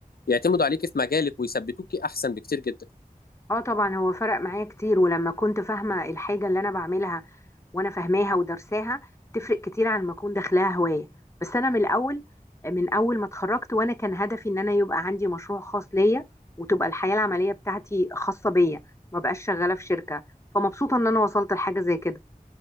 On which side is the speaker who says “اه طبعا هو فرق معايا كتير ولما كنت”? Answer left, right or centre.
Left